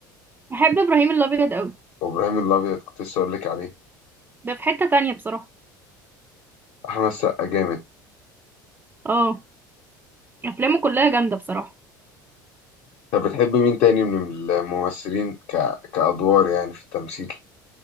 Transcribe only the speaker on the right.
بحب ابراهيم الابيض قوي
ده في حتة تانية بصراحة
اه افلامه كلها جامدة بصراحة